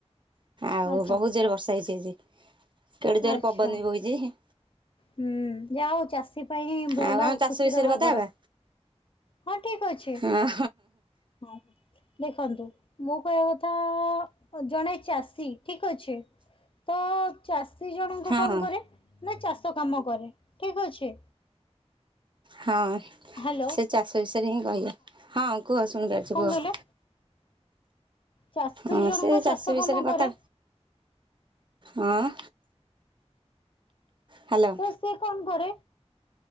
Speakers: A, on the right (about 45°); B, on the left (about 50°).
A: ଆଉ
B: ଆଚ୍ଛା
A: ବହୁତ ଜୋରେ ବର୍ଷା ହେଇଛି ଆଜି। କେଡେ ଜୋରେ
B: ଆଚ୍ଛା
A: ପବନ ବି ବୋହିଛି।
B: ହୁଁ ଯା ହଉ ଚାଷୀ ପାଇଁ ଭଲ
A: ଆଉ ଆମେ ଚାଷ
B: ଖୁସି
A: ବିଷୟରେ
B: ର ଖବର।
A: କଥା ହେବା
B: ହଁ ଠିକ ଅଛି
A: ହଁ
B: ହଁ। ଦେଖନ୍ତୁ ମୋ କହିବା କଥା ଜଣେ ଚାଷୀ ଠିକ ଅଛି। ତ ଚାସ ସି ଜଣଙ୍କ
A: ହଁ
B: କଣ କରେ ନା ଚାଷ କାମ କରେ ଠିକ ଅଛି।
A: ହଁ
B: ହ୍ୟାଲୋ
A: ସେ ଚାଷ ବିଷୟରେ ହିଁ କହିବେ, ହଁ କୁହ ଶୁଣିପାରୁଛି
B: କଣ
A: କୁହ।
B: କହିଲେ ଚାଷୀ
A: ହଁ
B: ଜଣଙ୍କ
A: ସେ ଚାଷ ବିଷୟରେ
B: କାମ
A: କଥା
B: କରେ
A: ହଁ। ହ୍ୟାଲୋ
B: ତ ସେ କଣ କରେ